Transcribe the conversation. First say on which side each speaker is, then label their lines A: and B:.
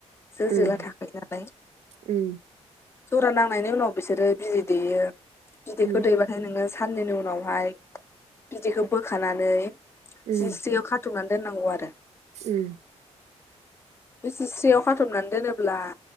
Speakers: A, on the left; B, on the right.
A: जो
B: उम
A: जोला थाखायो नालाय
B: उम
A: जरा नांनायनि उनाव बिसोरो बिदै दैयो बिदैखौ
B: उम
A: दैबा <unintelligible> नोङो साननैनि उनावहाय बिदैखौ बोखानानै
B: उम
A: जिसरियाव खा थुमना दोननांगौ आरो
B: उम
A: बे जिस्रियाव खाथबनानै दोनोब्ला